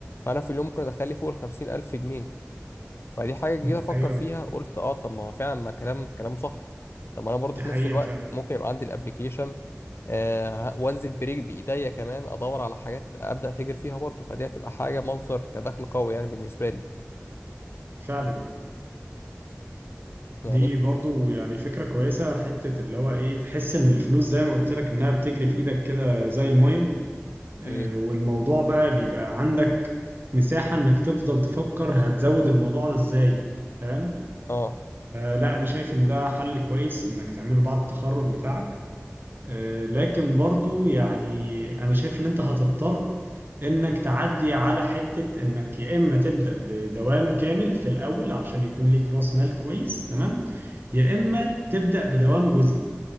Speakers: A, on the left; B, on the right.
A: فأنا في اليوم ممكن أدخلي فوق الخمسين ألف جنيه فدي حاجة جيت
B: دي
A: أفكر
B: حقيقة
A: فيها قلت أه طب ما هو فعلا ما كلام كلامه صح طب ما أنا برضو
B: دي
A: في
B: حقيقة
A: نفس الوقت
B: فعلا
A: ممكن يبقى عندي الابلكيشن آه وانزل بريك بإيديا كمان أدور على حاجات أبدأ أتاجر فيها برضو فدي هتبقى حاجة مصدر كدخل قوي يعني بالنسبة لي
B: فعلا
A: يعني
B: دي برضو يعني فكرة كويسة حتة اللي هو ايه تحس ان الفلوس زي ما قلت لك انها بتجري في ايدك كده زي المية آه،
A: امم
B: والموضوع بقى بيبقى عندك مساحة انك تفضل تفكر هتزود الموضوع ده ازاي فاهم
A: اه
B: آه، لا انا شايف ان ده حل كويس انك تعمله بعد التخرج بتاعك آه، لكن برضو يعني انا شايف ان انت هتضطر انك تعدي على حتة انك يا اما تبدأ بدوام كامل في الاول علشان يكون ليك راس مال كويس تمام يا اما تبدأ بدوام جزئي